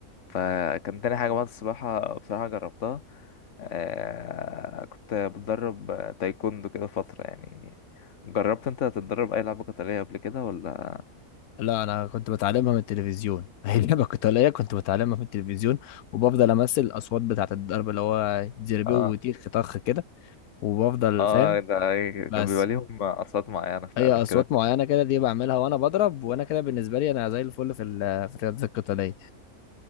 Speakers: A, on the left; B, on the left.
A: فكان تاني حاجة بعد السباحة بصراحة جربتها آه كنت بتدرب آه، تايكوندو كده فترة يعني جربت انت تتدرب اي لعبة قتالية قبل كده ولا
B: لا انا كنت بتعلمها من التلفزيون <laughs> هي اللعبه القتاليه كنت بتعلمها من التلفزيون وبفضل امثل الاصوات بتاعت الضرب اللي هو زربيه
A: اه
B: وتيخ طخ كده وبفضل
A: اه
B: فاهم
A: ده
B: بس
A: كان بيبقى ليهم اصوات معينة فعلا
B: هي اصوات
A: كده
B: معينه كده دي بعملها وانا بضرب وانا كده بالنسبه لي انا زي الفل في ال- في الرياضات القتاليه